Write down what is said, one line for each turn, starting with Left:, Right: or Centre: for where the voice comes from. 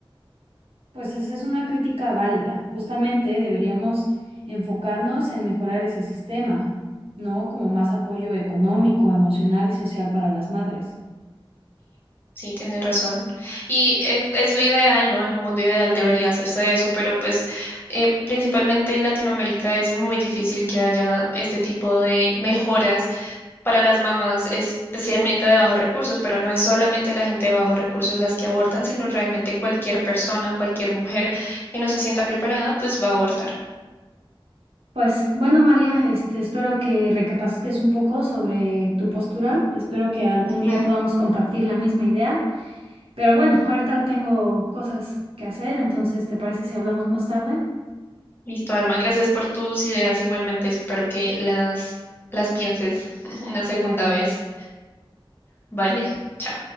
Right: pues esa es una crítica válida. Justamente deberíamos enfocarnos en mejorar ese sistema, ¿no? Como más apoyo económico, emocional y social para las madres.
Left: Sí, tienes razón. Y es, es lo ideal, ¿no? En un mundo ideal debería hacerse eso, pero pues eh, principalmente en Latinoamérica es muy difícil que haya este tipo de mejoras para las mamás, especialmente de bajos recursos, pero no es solamente la gente de bajos recursos las que abortan, sino realmente cualquier persona, cualquier mujer que no se sienta preparada, pues va a abortar.
Right: Pues bueno, María, este, espero que recapacites un poco sobre tu postura. Espero que algún
Left: Ujú.
Right: día podamos compartir la misma idea. Pero bueno, ahorita tengo cosas que hacer, entonces, ¿te parece si hablamos más tarde?
Left: Listo, Alma, gracias por tus ideas. Igualmente espero que las, las pienses <laughs> una segunda
Right: Cuídate.
Left: vez. Vale, chao.